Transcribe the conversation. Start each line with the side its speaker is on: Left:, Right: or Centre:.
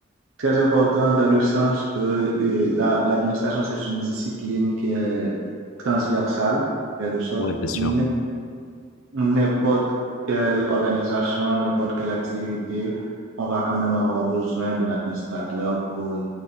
Right: très important dans le sens que euh, la- l'administration, c'est une discipline qui est transversale, quelque sorte.
Left: Ouais, c'est sûr.
Right: N- N'importe quelle organisation, n'importe quelle activité, on va quand même avoir besoin d'un administrateur pour